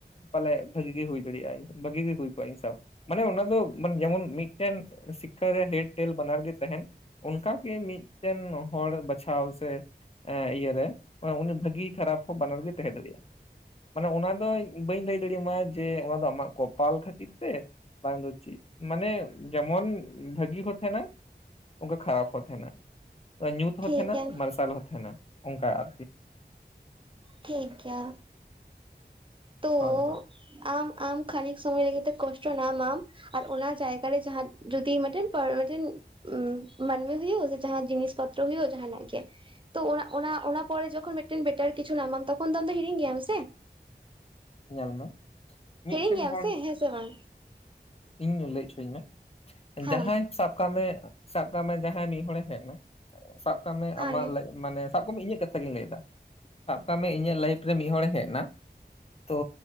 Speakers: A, on the left; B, on the right.
A: ᱯᱟᱞᱮ ᱵᱷᱟᱹᱜᱤ ᱜᱮᱤ ᱦᱩᱭ ᱫᱟᱲᱮᱭᱟᱜᱼᱟ ᱵᱷᱟᱹᱜᱤ ᱜᱮᱤ ᱦᱩᱭ ᱠᱚᱜᱼᱟ ᱤᱧ ᱥᱟᱶ ᱢᱟᱱᱮ ᱚᱱᱟ ᱫᱚᱼᱼ ᱢᱟᱱᱮ ᱡᱮᱢᱚᱱ ᱢᱤᱫᱴᱮᱱ ᱥᱤᱠᱷᱟᱨᱮ ᱦᱮᱰ ᱴᱮᱞ ᱵᱟᱱᱟᱨ ᱜᱮ ᱛᱟᱦᱮᱱᱼᱼ ᱚᱱᱠᱟᱜᱮ ᱢᱤᱫᱴᱮᱱ ᱦᱚᱲ ᱵᱟᱪᱷᱟᱣ ᱥᱮᱼᱼ ᱤᱭᱟᱹᱨ ᱨᱮ ᱩᱱᱤ ᱵᱷᱟᱹᱜᱤ ᱠᱷᱟᱨᱟᱯ ᱵᱟᱱᱟᱨ ᱜᱮ ᱛᱟᱦᱮᱸ ᱫᱟᱲᱮᱭᱟᱜᱼᱟ ᱢᱟᱱᱮ ᱚᱱᱟ ᱫᱚ ᱵᱟᱹᱧ ᱞᱟᱹᱭ ᱫᱟᱲᱮᱭᱟ ᱡᱮ ᱚᱱᱟ ᱫᱚ ᱟᱢᱟᱜ ᱠᱚᱯᱟᱞ ᱠᱷᱟᱹᱛᱤᱨ, ᱴᱷᱤᱠ ᱥᱮ ᱵᱟᱝ ᱫᱚᱪᱤ ᱢᱟᱱᱮ ᱡᱮᱢᱚᱱ ᱵᱷᱟᱹᱜᱤ ᱦᱚᱸ ᱛᱟᱦᱮᱱᱟᱼᱼ ᱚᱱᱠᱟ ᱠᱷᱟᱨᱟᱯ ᱦᱚᱸ ᱛᱟᱦᱮᱱᱟ ᱧᱩᱛ ᱦᱚᱸ
B: ᱦᱩᱸ
A: ᱛᱟᱦᱮᱱᱟ
B: ᱳᱠᱮ ᱳᱠᱮ ᱦᱩᱸ ᱦᱩᱸ ᱴᱷᱤᱠ ᱜᱮᱭᱟ
A: ᱢᱟᱨᱥᱟᱞ ᱦᱚᱸ ᱛᱟᱦᱮᱱᱟ ᱚᱱᱠᱟ ᱟᱨᱠᱤ᱾
B: ᱴᱷᱤᱠ ᱜᱮᱭᱟ ᱛᱚᱼᱼ
A: ᱦᱳᱭ ᱦᱳᱭ
B: ᱟᱢ ᱟᱢ ᱠᱷᱟᱱᱤᱠ ᱥᱚᱢᱚᱭ ᱞᱟᱹᱜᱤᱫᱜᱮ ᱛᱮ ᱠᱚᱥᱴᱚ ᱧᱟᱢᱟᱢᱼᱼ ᱟᱨ ᱚᱱᱟ ᱡᱟᱭᱜᱟᱟᱨᱮ ᱡᱟᱦᱟᱸ ᱡᱩᱫᱤ ᱢᱤᱫᱴᱮᱱ ᱢᱤᱫᱴᱮᱱ ᱩ ᱢᱟᱱᱢᱤ ᱦᱩᱭᱩᱜ ᱥᱮ ᱡᱟᱦᱟᱸ ᱡᱤᱱᱤᱥ ᱯᱚᱛᱨ ᱦᱩᱭᱩᱜᱳ ᱡᱟᱦᱟᱸᱠ ᱜᱮ᱾ ᱛᱚ ᱚᱱᱟ ᱚᱱᱟ ᱯᱚᱨᱮ ᱡᱚᱠᱷᱚᱱ ᱢᱤᱫᱴᱮᱱ ᱵᱮᱴᱟᱨ ᱠᱤᱪᱷᱩ ᱧᱟᱢᱟᱢ ᱛᱚᱠᱷᱚᱱ ᱫᱚ ᱟᱢ ᱫᱚ ᱦᱤᱲᱤᱧ ᱜᱮᱭᱟᱢ ᱥᱮ᱾
A: ᱧᱮᱞ ᱢᱮ ᱢᱤᱫᱴᱮᱱ
B: ᱦᱤᱲᱤᱧ ᱜᱮᱭᱟᱢ
A: ᱦᱚᱲ
B: ᱥᱮ
A: ᱫᱚ
B: ᱦᱮᱸ ᱥᱮ ᱵᱟᱝ?
A: ᱤᱧ ᱞᱟᱹᱭ ᱦᱚᱪᱚᱧ ᱢᱮ
B: ᱦᱮᱸ
A: ᱡᱟᱦᱟᱸᱭ ᱥᱟᱵ ᱠᱟᱜ ᱢᱮ ᱥᱟᱵ ᱠᱟᱜ ᱢᱮ ᱡᱟᱦᱟᱸᱭ ᱢᱤᱫ ᱦᱚᱲᱮ ᱦᱮᱡ ᱮᱱᱟ? ᱥᱟᱵ ᱠᱟᱜ ᱢᱮ ᱟᱢᱟᱜ
B: ᱦᱮᱸ
A: ᱢᱟᱱᱮᱼᱼ ᱥᱟᱵ ᱠᱟᱜ ᱢᱮ ᱤᱧᱟᱹᱜ ᱠᱟᱛᱷᱟ ᱜᱮᱧ ᱞᱟᱹᱭᱫᱟ ᱥᱟᱵ ᱠᱟᱜ ᱢᱮ ᱤᱧᱟᱹᱜ ᱞᱟᱭᱤᱯᱷ ᱨᱮ ᱢᱤᱫ ᱦᱚᱲᱮ ᱦᱮᱡ ᱮᱱᱟᱼᱼ ᱛᱚ